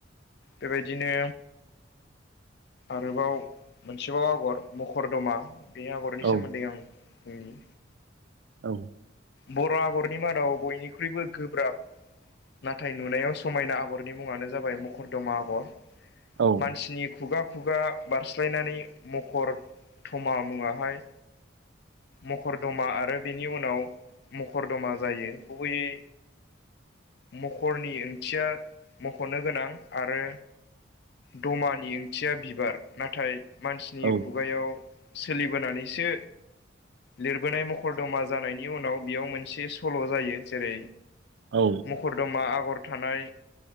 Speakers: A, on the left; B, on the right.
A: बेबायदिनो आरोबाव मोनसेबाव आगर मखरदमा बे आगरनि
B: औ
A: सोमोन्दै आं बुंनि।
B: औ।
A: बर' आगरनि मादाव बयनिख्रुइबो गोब्राब। नाथाय नुनायाव समायना आगरनि मुङानो जाबाय मखरदमा आगर।
B: औ।
A: मानसिनि खुगा खुगा बारस्लायनानै मखर थमा मुङावहाय मखरदमा आरो बेनि उनाव मखरदमा जायो गुबैयै मखरनि ओंथिया मख'नो गोनां आरो दमानि ओंथिया बिबार। नाथाय मानसिनि
B: औ
A: खुगायाव सोलिबोनानैसो लिरबोनाय मखर दमा जानायनि उनाव बेयाव मोनसे सल' जायो। जेरै
B: औ।
A: मखरदमा आगर थानाय